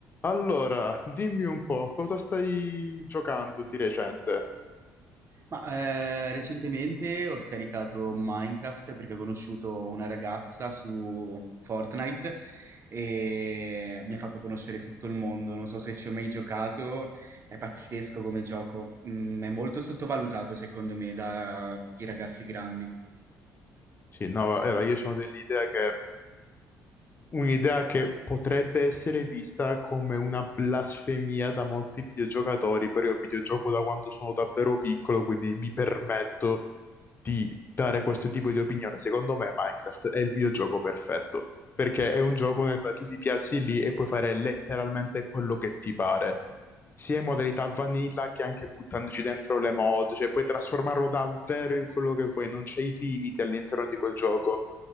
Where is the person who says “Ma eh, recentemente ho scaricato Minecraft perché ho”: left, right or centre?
Right